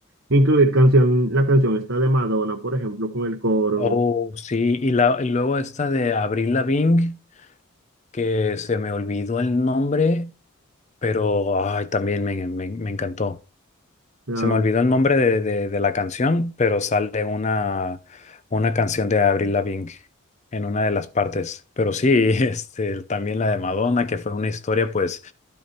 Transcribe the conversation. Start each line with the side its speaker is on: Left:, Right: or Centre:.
Right: incluir canción, la canción esta de Madonna, por ejemplo, con el coro,
Left: Oh, sí. Y, la, y luego esta de Avril Lavigne, que se me olvidó el nombre, pero ay, también me, me, me encantó.
Right: ah,
Left: Se me olvidó el nombre de, de- de la canción, pero sale una, una canción de Avril Lavigne en una de las partes. Pero sí, <laughs> este, también la de Madonna, que fue una historia pues